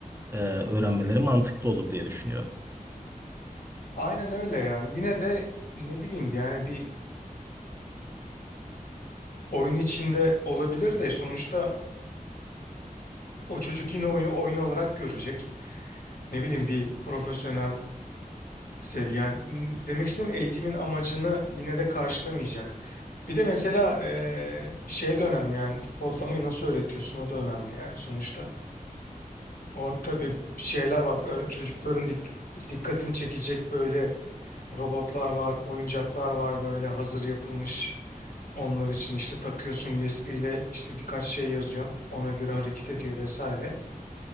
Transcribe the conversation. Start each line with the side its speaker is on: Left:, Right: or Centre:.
Right: e, öğrenmeleri mantıklı olur diye düşünüyorum.
Left: Aynen öyle ya. Yine de ne bileyim yani bir oyun içinde olabilir de sonuçta o çocuk yine oyunu oyun olarak görecek. Ne bileyim bir profesyonel seviye. Yani n- demek istediğim eğitimin amacını yine de karşılamayacak. Bir de mesela eee şey de önemli yani kodlamayı nasıl öğretiyorsun o da önemli yani sonuçta. Orada bir şeyler var. Ö- Çocukların dik dikkatini çekecek böyle robotlar var, oyuncaklar var böyle hazır yapılmış. Onlar için işte takıyorsun USB ile işte birkaç şey yazıyorsun. Ona göre hareket ediyor vesaire.